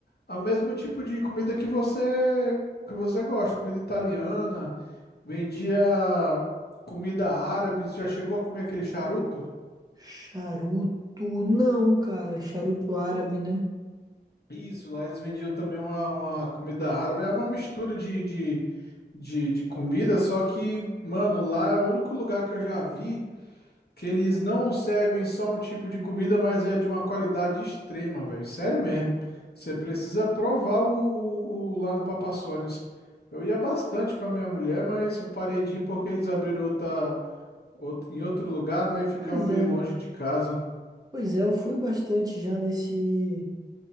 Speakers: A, on the left (about 70°); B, on the right (about 20°).
A: a mesmo tipo de comida que você que você gosta, comida italiana, vendia comida árabe. Você já chegou a comer aquele charuto?
B: Charuto, não, cara, charuto árabe, né?
A: Isso, lá eles vendiam também uma, uma comida árabe. É uma mistura de, de, de, de comida, só que, mano, lá é o único lugar que eu já vi. Que eles não servem só um tipo de comida, mas é de uma qualidade extrema, velho. Sério mesmo. Você precisa provar o, o- o lá no Papa Papassones. Eu ia bastante com a minha mulher, mas eu parei de ir porque eles abriram outra, out- em outro lugar, né? E ficava
B: Pois
A: meio
B: é,
A: longe de casa.
B: pois é, eu fui bastante já nesse